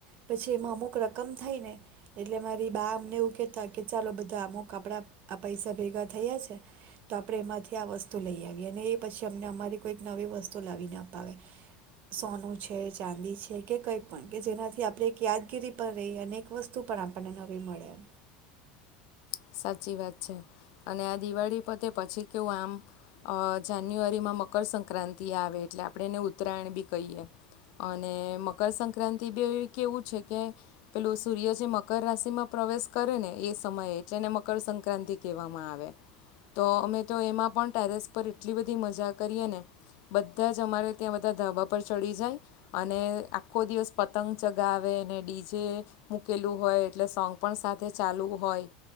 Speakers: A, on the right (about 45°); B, on the left (about 60°).
A: પછી એમાં અમુક રકમ થઈ ને એટલે મારી બા અમને એવું કહેતા કે ચાલો બધા અમુક આપણા આ પૈસા ભેગા થયા છે, તો આપણે એમાંથી આ વસ્તુ લઈ આવીએ અને એ પછી અમને અમારી કોઈક નવી વસ્તુ લાવી અપાવે સોનું છે, ચાંદી છે કે કંઈ પણ કે જેનાથી આપણે એક યાદગીરી પણ રહીએ અને એક વસ્તુ પણ આપણને નવી મળેમ.
B: સાચી વાત છે, અને આ દિવાળી પતે પછી કેવું આમ જાન્યુઆરીમાં મકરસંક્રાંતિ આવે એટલે આપણે એને ઉત્તરાયણ બી કહીએ, અને મકરસંક્રાંતિ બી કેવું છે કે, પેલું સૂર્ય જે મકર રાશિમાં પ્રવેશ કરે ને એ સમયે જેને મકરસંક્રાંતિ કહેવામાં આવે, તો અમે તો એમાં પણ ટેરેસ પર એટલી બધી મજા કરીએ ને, બધા જ અમારે ત્યાં બધા ધાબા પર ચડી જાય, અને આખો દિવસ પતંગ ચગાવે અને ડીજે મૂકેલું હોય, એટલે સોંગ પણ સાથે ચાલવું હોય.